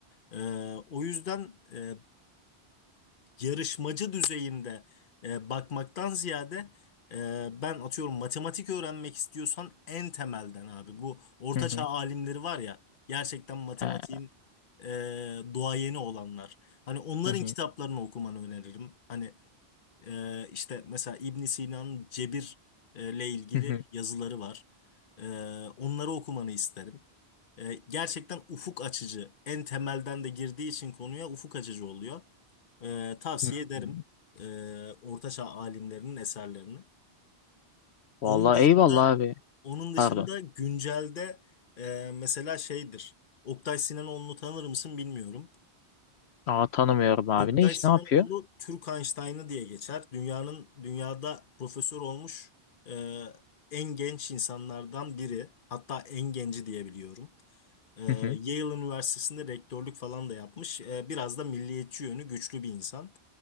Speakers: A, on the left; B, on the left.
A: Ee, o yüzden e, yarışmacı düzeyinde e, bakmaktan ziyade e, ben atıyorum matematik öğrenmek istiyorsan en temelden abi. Bu ortaçağ
B: hı hı.
A: alimleri var ya gerçekten matematiğin
B: Ha,
A: e, duayeni olanlar. Hani onların
B: hı hı,
A: kitaplarını okumanı öneririm. Hani ee, işte mesela İbn Sina'nın cebir e, ile ilgili
B: hı hı,
A: yazıları var. Ee, onları okumanı isterim. Ee, gerçekten ufuk açıcı. En temelden de girdiği için konuya ufuk açıcı oluyor. Ee, tavsiye
B: hı
A: ederim
B: hı.
A: ee, Ortaçağ alimlerinin eserlerini. Onun
B: Vallahi
A: dışında
B: eyvallah abi.
A: onun dışında
B: Pardon.
A: güncelde e, mesela şeydir. Oktay Sinanoğlu'nu tanır mısın bilmiyorum.
B: Aa, tanımıyorum abi.
A: Oktay
B: Ne iş
A: Sinanoğlu
B: ne yapıyor?
A: Türk Einstein'ı diye geçer. Dünyanın dünyada profesör olmuş e, en genç insanlardan biri. Hatta en genci diye biliyorum. E,
B: Hı hı.
A: Yale Üniversitesi'nde rektörlük falan da yapmış. E, biraz da milliyetçi yönü güçlü bir insan.